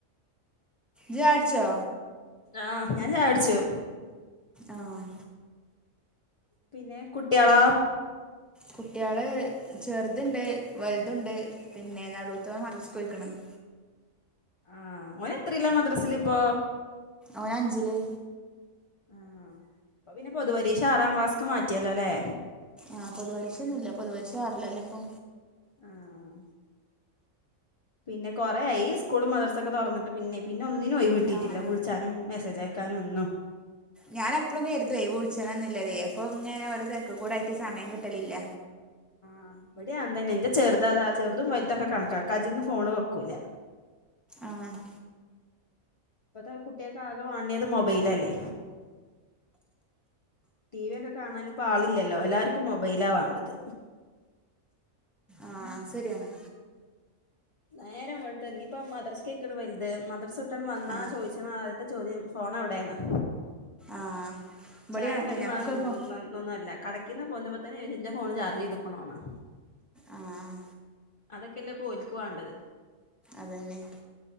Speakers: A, in the centre; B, on the left.
A: ജായട്ച്ചോ
B: ആഹ് ഞാൻ ചായ കുടിച്ചു
A: ആഹ്
B: പിന്നെ കുട്ട്യാളെളാ?
A: കുട്ട്യാള് ചെറുതുണ്ട് വലുതു ഉണ്ട് പിന്നെ നടുത്തോൻ മദ്രസ്ക്ക് പോയിക്ണ്. <inaudible>
B: ആഹ് ഓന്എത്രയിലാ മദ്രസിലിപ്പോ?
A: ഓനഞ്ചില്
B: ആഹ് അപ്പൊ പിന്നെ പൊതുപരീക്ഷ ആറാം ക്ലാസ്ക്ക് മാറ്റിയല്ലോല്ലേ.
A: ആഹ് പൊതുപരീശൊന്നുല്ല പൊതുപരിശ ആറില്ലല്ലേ ഇപ്പൊ
B: ആഹ് പിന്നെ കൊറയായി ഈസ്കൂള് മദർസൊക്കെ തുറന്നിട്ട് പിന്നെ പിന്നെ ഒന്നിനും ഒഴിവ് കിട്ടില്ലവിളിച്ചാനും
A: ആഹ്
B: മെസ്സേജ് ആക്കാനും ഒന്നും.
A: ഞാൻ എപ്പളും കർതെ വിളിച്ചണന്നില്ലതേ അപ്പൊ ഇങ്ങനെ ഓരോ തെരക്ക കൂടായിട്ട് സമയം കിട്ടലില്ല.
B: ആഹ് ഇവിടെ <unintelligible> ഇന്റെ ചെറുതാതാ ചെറുതും വലുതൊക്കെ കണക്കാ കജിന്ന് ഫോണ് വെക്കൂലാ
A: ആഹ്
B: ഇപ്പത്തെ കുട്ടികക്കെ ആകെ വാണ്ടിയത് മൊബെലല്ലേ ടി വി ഒക്കെ കാണാനിപ്പോ ആളില്ലല്ലോ എല്ലാർക്കും മൊബെലാ വേണ്ടത്
A: ആഹ് സെരിയാണ്
B: നേരം വെൾത്താ ഇനിപ്പം മദ്രസ്ക്കയ്ണ് വലുത് മദ്രസ് വിട്ട് വന്നാ
A: ആഹ്
B: ചോയിച്ച ഒറ്റ ചോദ്യം ഫോണെവടെന്നാ
A: ആഹ് ഇബടേം
B: ചായിം
A: അങ്ങനെ
B: കടിം
A: തന്നെ
B: വേണ
A: ഒക്കെ
B: <unintelligible>
A: ഇപ്പൊ
B: ന്നല്ല കടയ്ക്ക്ന്ന് പോന്നപ്പത്തന്നെ ചോയിച്ച് എന്റെ ഫോണ് ചാർജ് ചെയ്ത്ക്കണോന്നാ
A: ആഹ്
B: അതൊക്കെയല്ലേ പ്പോ ഓൽക്ക് വാണ്ടത്
A: അതന്നെ